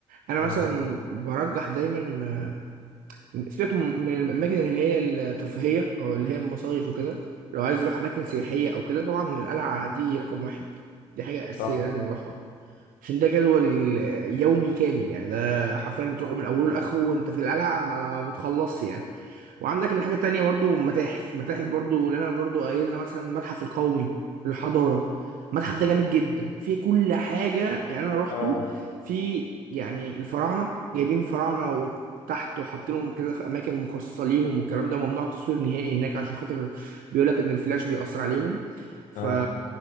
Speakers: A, on the right; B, on the left.
A: انا
B: امم
A: مثلا برجح دايما سيبك من من الاماكن اللي هي الترفيهيه او اللي هي المصايف وكده لو عايز يروح اماكن سياحيه او كده طبعا القلعه دي رقم واحد دي حاجه اساسيه
B: صح
A: لازم يروحها عشان ده جدول يومي كامل يعني ده حرفيا بتروح من اوله لاخره وانت في القلعه ما بتخلصش يعني وعندك الحاجه التانيه برضو متاحف متاحف برضو اللي انا برضو قايلها مثلا المتحف القومي للحضاره المتحف ده جامد جدا فيه كل حاجه يعني انا روحته
B: اه
A: في يعني الفراعنه جايبين فراعنه وتحت وحاطينهم كده في اماكن مخصصه ليهم والكلام ده ممنوع التصوير نهائي هناك عشان خاطر بيقول لك ان الفلاش بيأثر عليهم ف
B: اه